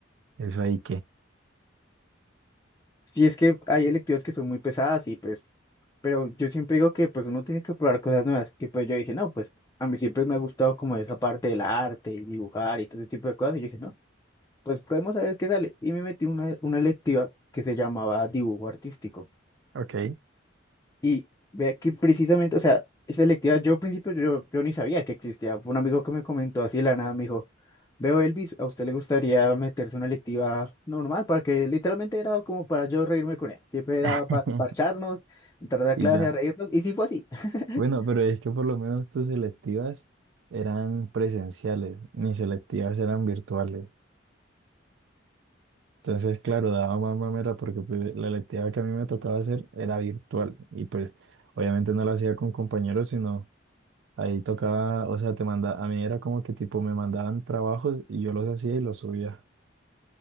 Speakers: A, on the right; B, on the left.
A: eso ahí que,
B: sí es que hay electivas que son muy pesadas y pues Pero yo siempre digo que pues uno tiene que probar cosas nuevas. Y pues yo dije, no, pues a mí siempre me ha gustado como esa parte del arte y dibujar y todo ese tipo de cosas. Y yo dije, no, pues podemos saber qué sale. Y me metí una, una electiva que se llamaba dibujo artístico.
A: ok,
B: Y vea que precisamente, o sea, esa electiva, yo al principio yo, yo ni sabía que existía. Fue un amigo que me comentó así de la nada, me dijo, veo Elvis, ¿a usted le gustaría meterse una electiva normal? Para que literalmente era como para yo reírme con él. Siempre era
A: <laughs>
B: para parcharnos, entrar a la
A: y
B: clase
A: ya.
B: a reírnos. Y sí fue así. <laughs>
A: Bueno, pero es que por lo menos tus selectivas eran presenciales, mis selectivas eran virtuales. Entonces, claro, daba más mamera porque pues, la electiva que a mí me tocaba hacer era virtual y pues obviamente no la hacía con compañeros, sino ahí tocaba, o sea, te manda, a mí era como que tipo me mandaban trabajos y yo los hacía y los subía.